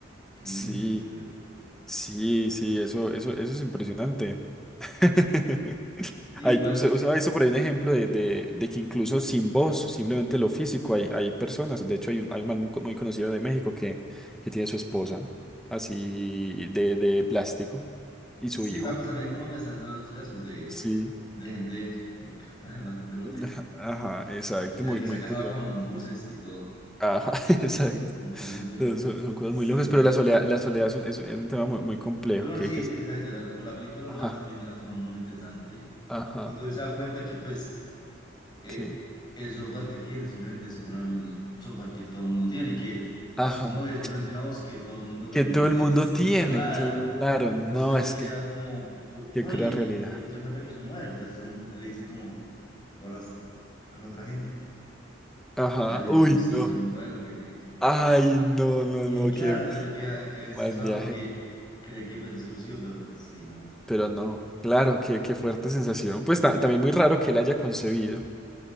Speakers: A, on the left (about 20°); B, in the centre.
A: crea
B: Sí,
A: un vínculo, yo creo.
B: sí, sí, eso, eso, eso es impresionante. <laughs>
A: Sí,
B: Hay,
A: igual.
B: usted, usted ha visto por ahí un ejemplo de, de- de que incluso sin voz, simplemente lo físico, hay, hay personas. De hecho, hay un, hay un man muy, co- muy conocido de México que, que tiene su esposa, así de, de plástico, y su
A: Sí,
B: hijo.
A: ah, pues también en Colombia se han dado esos casos de,
B: Sí.
A: de gente loca, <laughs> bastante loca.
B: <laughs> Ajá, exacto,
A: que se,
B: muy,
A: que
B: muy
A: se ha casado
B: curioso.
A: con buses y todo.
B: Ajá, <laughs> exacto.
A: Interesante.
B: Son, son- son cosas
A: Sí,
B: muy locas,
A: no.
B: pero la soledad, la soledad es un, es un- es un tema muy, muy complejo
A: Pero bueno,
B: que,
A: sí,
B: que...
A: exacto.
B: se-
A: La, pero la película lo
B: Ajá,
A: narra también de una forma muy interesante.
B: ajá,
A: Cuando él se da cuenta que, pues, eh,
B: que...
A: el software que él tiene simplemente es una versión de un un software que todo el mundo tiene y que
B: Ajá.
A: su novia es simplemente una voz que todo el mundo también
B: Que todo
A: puede
B: el
A: tener
B: mundo
A: ins-
B: tiene,
A: instalada.
B: claro,
A: Entonces
B: no,
A: él
B: es
A: queda
B: que,
A: como, tú-
B: qué
A: no,
B: cruda
A: y,
B: realidad.
A: y, y se, y se da cuenta que es un modelo. Entonces él, mo- él le dice como, ¿tú hablas con otra gente?
B: Ajá,
A: Y ella le dice
B: uy,
A: como, sí,
B: no.
A: yo soy un modelo que tiene que estar.
B: Ay, no, no,
A: Y
B: no,
A: claro,
B: qué,
A: entonces él queda, él queda
B: qué
A: destrozado
B: mal viaje.
A: porque cree que pues, es exclusivo, pero pues sí, no.
B: Pero no, claro, qué, qué fuerte sensación. Pues ta- también muy raro que él haya concebido